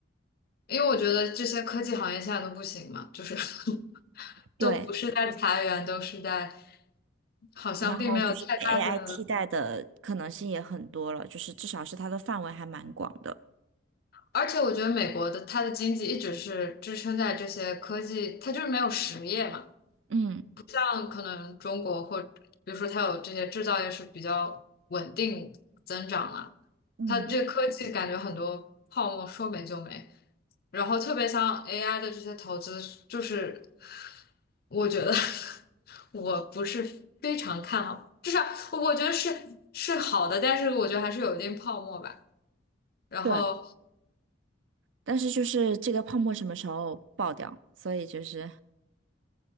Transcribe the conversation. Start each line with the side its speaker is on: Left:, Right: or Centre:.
Left: 因为我觉得这些科技行业现在都不行嘛，就是 <laughs> 都不是在裁员，
Right: 对，
Left: 都是在好像并没有太大的
Right: 然后就是被 AI 替代的可能性也很多了，就是至少是它的范围还蛮广的。
Left: 而且我觉得美国的它的经济一直是支撑在这些科技，它就是没有实业嘛。
Right: 嗯
Left: 像可能中国或比如说它有这些制造业是比较稳定增长啊，
Right: 嗯，
Left: 它这科技感觉很多泡沫说没就没。然后特别像 AI 的这些投资，就是我觉得 <laughs> 我不是非常看好，至少我觉得是是好的，但是我觉得还是有一定泡沫吧。然后
Right: 对。但是就是这个泡沫什么时候爆掉？所以就是，